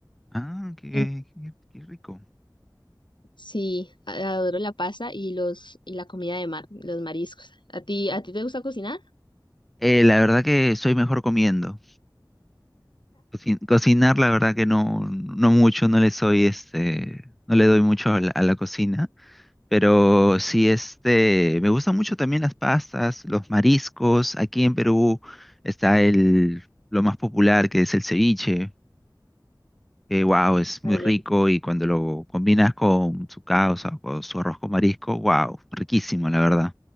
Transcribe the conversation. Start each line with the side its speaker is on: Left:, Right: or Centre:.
Centre: Ah, qué,
Left: En-
Centre: qué, qué rico.
Left: sí, a- adoro la pasta y los y la comida de mar, los mariscos. ¿A ti, a ti te gusta cocinar?
Centre: Eh, la verdad que soy mejor comiendo. Cocin- cocinar, la verdad que no, no mucho, no le soy, este, no le doy mucho a la a la cocina. Pero sí, este, me gustan mucho también las pastas, los mariscos. Aquí en Perú está el, lo más popular, que es el ceviche, que wow, es
Left: Ay,
Centre: muy rico
Left: eh.
Centre: y cuando lo combinas con su causa o su arroz con marisco, wow, riquísimo, la verdad.